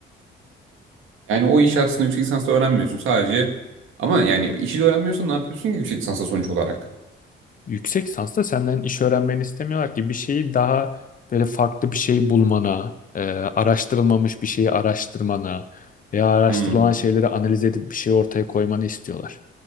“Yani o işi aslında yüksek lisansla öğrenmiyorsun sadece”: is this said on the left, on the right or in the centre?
Right